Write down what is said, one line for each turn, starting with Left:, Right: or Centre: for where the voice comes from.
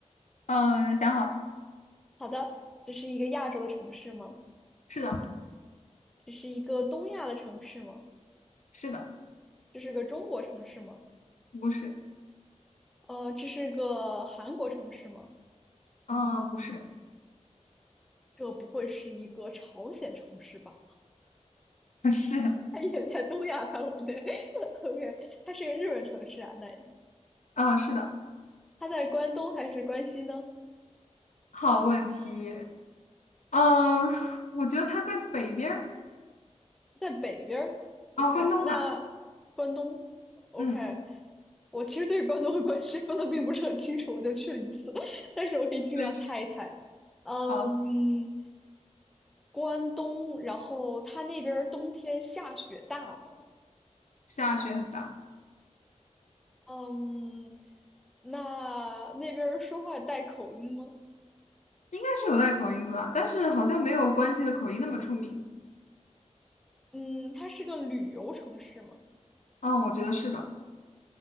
Left: 嗯、想好了，
Centre: <laughs> 好的，这是一个亚洲的城市吗？
Left: 是的，
Centre: 这是一个东亚的城市吗？
Left: 是的，
Centre: 这是个中国城市吗？
Left: 不是，
Centre: 呃，这是个韩国城市吗？
Left: 啊，不是，
Centre: 这不会是一个朝鲜城市吧？
Left: <laughs> 不是，
Centre: 它也在东亚范围内。<laughs> OK，它是一个日本城市啊，那
Left: 啊、是的，
Centre: 它在关东还是关西呢？
Left: 好问题。嗯，我觉得它在北边儿
Centre: 在北边儿。OK，
Left: 啊，关东吧。
Centre: 那关东。OK，
Left: 嗯，
Centre: 我其实对关东和关西分的并不是很清楚，我就去了一次，<laughs> 但是我可以尽量猜一猜。
Left: 对，是，
Centre: 嗯，
Left: 好，
Centre: 关东，然后它那边儿冬天下雪大吗？
Left: 下雪很大，
Centre: 嗯，那那边儿说话带口音吗？
Left: 应该是有带口音的吧，但是好像没有关西的口音那么出名。
Centre: 嗯，它是个旅游城市吗？
Left: 啊，我觉得是的。